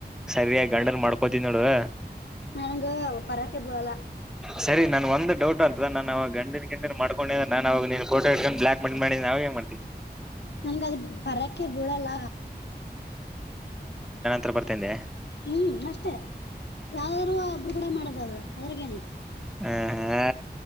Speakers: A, in the centre; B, on the left.
A: ಸರಿಯಾಗಿ ಗಂಡನ್ ಮಾಡ್ ಪತಿ ನೋಡುವ
B: ನನಂಗ ಪರಾಕೆಬಿಳಾಲ
A: ಸರಿ ನನ್ ಒಂದು ಡೌಟ್ ಅರ್ತದ ನಾನ ಅವಾಗ ಗಂಡಿನ ಗಂಡಿನ್ಕೊಂಡ ನಾ ಅವ ನೀ ಕೋಟ ಇಟ್ಕೊಂಡು ಬ್ಲಾಕ್ ಮಾಡಿ ನಾವುಗೇನ್ ಮಾಡ್ತವಿ ತಿ
B: ನನ್ಗ ಅದು ಬರಕ್ಕೆ ಬೀಳಲ್ಲ
A: ತ್ರ ಬರ್ತೇೆನ್ ದೆ
B: ಹ್ಮ್ ಅಷ್ಟೇ ಯಾವ್ದ್ ಒಬ್ರು ಕೂಡ ಮಾಡ ಅದ ಅದ್ರಗೆನೈತಿ
A: ಹ್ಮ ಹ್ಮ ಹಾ